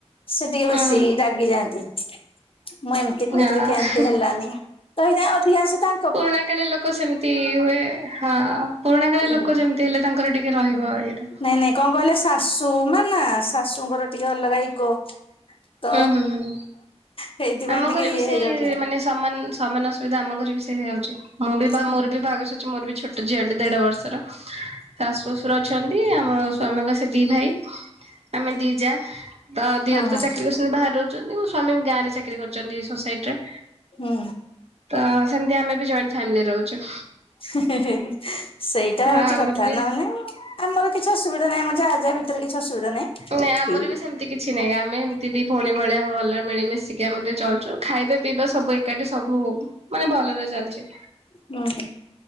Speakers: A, on the left; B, on the right.
A: ସେ ଟିକେ ବେସି
B: ହୁଁ
A: ରାଗି ଯାଆନ୍ତି ମୁଁ ଏମିତି କହିଥିଲି
B: ହଁ
A: କିଆଁ ଏମିତି ହେଲାନି? ରହିଯାଏ ଅଭିଆସଟା।
B: ପୁରୁଣା କାଳିଆ ଲୋକ ସେମିତି ହୁଏ। ହାଁ ପୁରୁଣା କାଳିଆ
A: ହୁଁ
B: ଲୋକ ଯେମିତି ଯେମିତି ହେଲେ ତାଙ୍କର ଟିକେ ରହିବ ଏଇଟା।
A: ନାଇଁ ନାଇଁ କଣ କହିଲେ ଶାଶୁ ମା ନା ଶାଶୁଙ୍କର ଟିକେ ଅଲଗା ଇଗୋ। ତ
B: ହୁଁ ହୁଁ ହୁଁ
A: ସେଇଥିପାଇଁ
B: ଆମ
A: ଟିକେ
B: ଘରେ
A: ଇଏ
B: ବି ସେଇ
A: ହେଇଯାଉଛି
B: ମାନେ ସମାନ ସମାନ ବିଧା ଆମ ଘରେ ବି ସେଇଆହଉଛି ମୁଁ ବି ବା
A: ହୁଁ
B: ମୋର ବି ଭାଗ ସରିଛି, ମୋର ବି ଛୋଟ ଝିଅ ଟେ ଦେଢ଼ ବର୍ଷର। ଶାଶୁ ଶଶୁର ଅଛନ୍ତି ଆମ ସ୍ଵାମୀଙ୍କ ସେ ଦି ଭାଇ ଆମେ ଦିଜା। ତ ଦିଅର
A: ହଁ ହଁ।
B: ତ ଚାକିରି କରୁଛନ୍ତି ବାହାରେ ରହୁଛନ୍ତି, ମୋ ସ୍ଵାମୀ ଗାଁ ରେ ଚାକିରି କରିଛନ୍ତି ସୋସାଇଟିରେ।
A: ହୁଁ।
B: ତ ସେମତି ଆମେ ବି ଜଏଣ୍ଟ ଫାମିଲି ରହୁଛୁ।
A: ହିଁ ହିଁ ହେଁ ହିଁ ସେଇଟା
B: ହଁ
A: ହଉଚି
B: ଆମର
A: କଥା
B: ବି
A: ନହନେ ଆମର କିଛି ଅସୁବିଧା ନାହିଁ ଆମ ଯା ଯା ଭିତରେ କିଛି ଅସୁବିଧା ନାହିଁ।
B: ନାଇଁ
A: ଠିକ
B: ଆମର ବି ସେମିତି କି କିଛି ନାଇଁ ଆମେ ଏମିତିି ଦିଇ ଭଉଣୀ ଭଳିଆ ଭଲରେ ମିଳିମିଶିକି ଆମେ ଚଳଛୁ ଖାଇବା ପିଇବା ସବୁ ଏକାଠି ସବୁ ମାନେ ଭଲରେ ଚାଲିଚି।
A: ହଁ।